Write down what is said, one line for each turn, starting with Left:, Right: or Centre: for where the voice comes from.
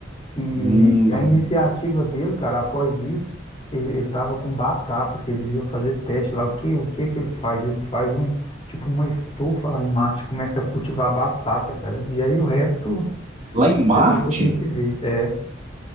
Left: E
Right: hum,
Left: a
Right: não.
Left: iniciativa dele, cara, após isso, ele, ele tava com batatas, que eles iam fazer teste lá. O que, o que que ele faz? Ele faz um, tipo, uma estufa lá em Marte, começa a cultivar batata, cara. E aí o resto,
Right: lá em
Left: essa
Right: Marte,
Left: aí você tem que ver. É,